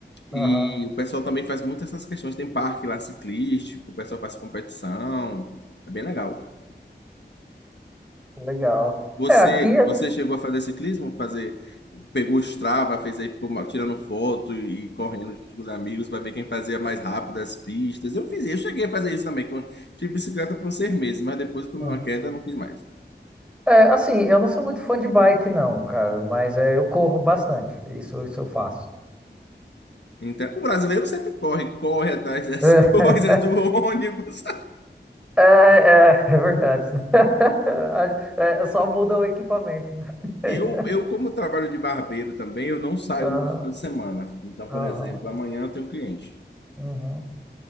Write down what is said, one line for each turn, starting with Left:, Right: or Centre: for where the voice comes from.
Left: E
Centre: Aham,
Left: o pessoal também faz muito essas questões. Tem parque lá ciclístico, o pessoal faz competição. É bem legal.
Centre: legal.
Left: Você,
Centre: É, aqui,
Left: você chegou a fazer ciclismo? Fazer, pegou o Strava, fez aí, ficou ma- tirando foto e correndo junto com os amigos para ver quem fazia mais rápido as pistas. Eu fiz, eu cheguei a fazer isso também. com- Tive bicicleta por uns seis meses, mas depois tomei
Centre: uhum.
Left: uma queda, não quis mais.
Centre: é, assim, eu não sou muito fã de bike, não, cara, mas é, eu corro bastante, isso, isso eu faço.
Left: Então, o brasileiro sempre corre, corre atrás das
Centre: <laughs>
Left: <laughs> coisas, do ônibus.
Centre: É, é, é verdade. <laughs> É, só muda o equipamento, né? <laughs>
Left: Eu, eu, como trabalho de barbeiro também, eu não saio
Centre: Aham,
Left: muito final de semana. Então,
Centre: aham,
Left: por exemplo, amanhã eu tenho cliente.
Centre: uhum,